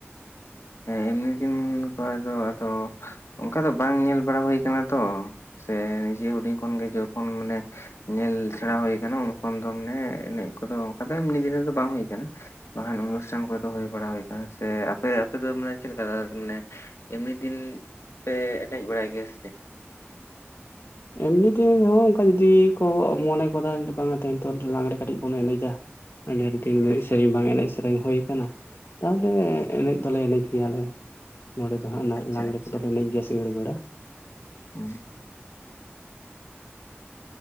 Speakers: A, on the left; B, on the left.
A: ᱮᱢᱱᱤ ᱫᱤᱱ ᱠᱚᱨᱮ ᱫᱚ ᱟᱫᱚ ᱚᱱᱠᱟ ᱫᱚ ᱵᱟᱝ ᱧᱮᱞ ᱵᱟᱲᱟ ᱦᱩᱭ ᱠᱟᱱᱟ ᱛᱚ ᱥᱮ ᱡᱤ ᱦᱩᱰᱤᱧ ᱠᱷᱚᱱ ᱜᱮ ᱡᱚᱠᱷᱚᱱ ᱢᱟᱱᱮ ᱧᱮᱞ ᱥᱮᱬᱟ ᱦᱩᱭ ᱠᱟᱱᱟ ᱩᱱᱡᱷᱚᱱ ᱫᱚ ᱢᱟᱱᱮ ᱮᱱᱮᱡ ᱠᱚᱫᱚ ᱚᱱᱠᱟ ᱫᱚ ᱮᱢᱱᱤ ᱫᱤᱱ ᱨᱮ ᱫᱚ ᱵᱟᱝ ᱦᱩᱭ ᱟᱠᱟᱱᱟ᱾ ᱵᱟᱠᱷᱟᱱ ᱚᱱᱩᱥᱴᱷᱟᱱ ᱠᱚᱨᱮ ᱫᱚ ᱦᱩᱭ ᱵᱟᱲᱟ ᱦᱩᱭ ᱟᱠᱟᱱᱟ ᱥᱮ ᱟᱯᱮ ᱟᱯᱮ ᱫᱚ ᱢᱟᱱᱮ ᱪᱮᱫ ᱞᱮᱠᱟ ᱫᱟᱫᱟ ᱢᱟᱱᱮ ᱮᱢᱱᱤ ᱫᱤᱱ ᱯᱮ ᱮᱱᱮᱡ ᱵᱟᱲᱟᱭ ᱜᱮᱭᱟ ᱥᱮ ᱪᱮᱫ?
B: ᱮᱢᱱᱤ ᱫᱤᱱ ᱨᱮᱦᱚᱸ ᱚᱱᱠᱟ ᱡᱩᱫᱤ ᱠᱚ ᱢᱚᱱᱮ ᱠᱚ ᱛᱟᱦᱮᱱ ᱵᱟᱝ-ᱟ ᱞᱟᱸᱜᱽᱬᱮ ᱠᱟᱹᱴᱤᱡ ᱵᱚᱱ ᱮᱱᱮᱡᱟ᱾ ᱰᱷᱮᱨ ᱫᱤᱱ ᱨᱮ ᱮᱱᱮᱡ ᱥᱮᱨᱮᱧ ᱵᱟᱝ ᱮᱱᱮᱡ ᱥᱮᱨᱮᱧ ᱦᱩᱭ ᱟᱠᱟᱱᱟ᱾ ᱛᱟᱦᱚᱞᱮ ᱮᱱᱮᱡ ᱫᱚ ᱞᱮ ᱮᱱᱮᱡ ᱜᱮᱭᱟ ᱞᱮ ᱱᱚᱸᱰᱮ ᱫᱚ ᱦᱟᱸᱜ
A: ᱟᱪᱪᱷᱟ
B: ᱞᱟᱸᱜᱽᱬᱮ
A: ᱟᱪᱪᱷᱟ
B: ᱠᱚᱫᱚ ᱞᱮ ᱮᱱᱮᱡ ᱜᱮᱭᱟ ᱥᱤᱸᱜᱟᱹᱲ ᱵᱮᱲᱟ᱾
A: <unintelligible>